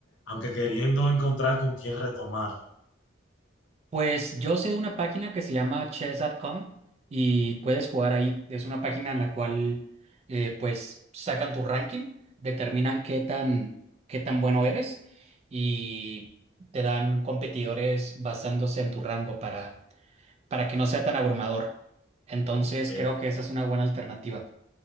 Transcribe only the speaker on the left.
aunque queriendo encontrar con quién retomarlo.
Ok.